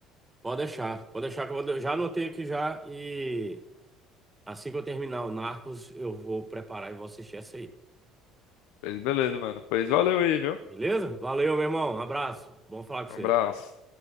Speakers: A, on the right; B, on the left.
A: Pode deixar, pode deixar que eu vou, de- já anotei aqui já e assim que eu terminar o Narcos, eu vou preparar e vou assistir essa aí.
B: Pois beleza, mano. Pois valeu aí, viu?
A: Beleza? Valeu, meu irmão. Um abraço. Bom falar com
B: Um
A: você.
B: abraço.